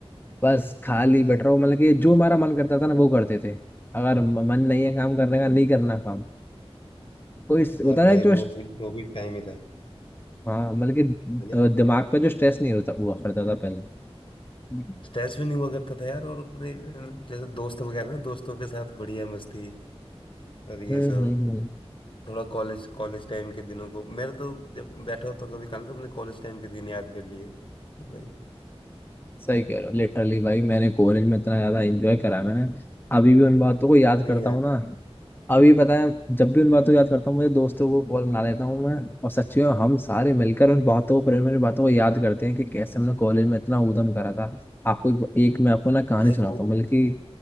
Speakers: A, on the left (about 20°); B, on the left (about 55°).
A: बस खाली
B: हाँ,
A: बैठ रहो मतलब कि जो हमारा मन करता था ना वो करते थे अगर म- मन नहीं है काम करने का नहीं करना काम कोई स-
B: यार
A: होता ना
B: भाई
A: जो
B: वो भी वो भी टाइम ही था
A: हाँ मतलब कि
B: पहले
A: अ, दिमाग पे जो स्ट्रेस नहीं होता हुआ करता था पहले हम्म
B: स्ट्रेस भी नहीं हुआ करता था यार और अपने अम, जैसे दोस्त वगैरह ना दोस्तों के साथ बढ़िया मस्ती और ये
A: हम्म
B: सब
A: हम्म।
B: थोड़ा कॉलेज कॉलेज टाइम के दिनों को मेरा तो जब बैठा होता हूँ कभी खाना तो अपने कॉलेज टाइम के दिन याद कर लिए भाई
A: सही कह रहे हो लिटरली भाई मैंने कॉलेज में इतना ज्यादा एंजॉय करा है मैंने अभी भी उन बातों को याद
B: नहीं
A: करता
B: यार
A: हूँ ना अभी पता है जब भी उन बातों को याद करता हूँ मुझे दोस्तों को कॉल बना लेता हूँ मैं और सच्ची में हम सारे मिलकर उन बातों पर मेरी बातों को याद करते हैं कि कैसे हमने कॉलेज में इतना ऊधम करा था आपको एक, एक मैं आपको ना कहानी
B: भाई
A: सुनाता
B: वो
A: हूँ बल्कि